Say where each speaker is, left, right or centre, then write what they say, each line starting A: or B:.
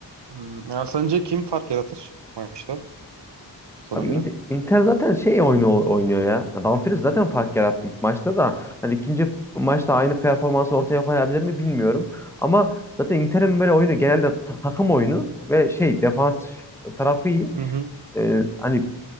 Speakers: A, on the right; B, in the centre.
A: Hmm, Ya sence kim fark yaratır maçta sana
B: Abi
A: göre?
B: Inter, Inter zaten şey oyunu oynuyor ya. Yani Dumfries zaten fark yarattı ilk maçta da. Hani ikinci maçta aynı performansı ortaya koyabilir mi bilmiyorum. Ama zaten Inter'in böyle oyunu genelde ta- takım oyunu ve şey defans tarafı iyi.
A: Hı hı.
B: E, hani